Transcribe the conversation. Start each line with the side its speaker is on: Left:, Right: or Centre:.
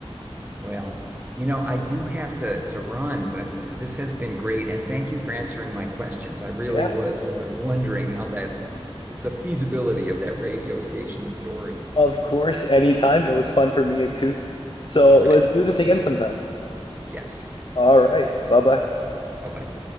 Right: Well, you know, I do have to to run, but this has been great, and thank you for answering my questions. I really
Left: yeah.
Right: was uh, wondering how that the feasibility of that radio station story.
Left: Of course, anytime. It was fun for me too. So
Right: All right.
Left: let's do this again sometime.
Right: Yes.
Left: All right. Bye bye.
Right: Bye-bye.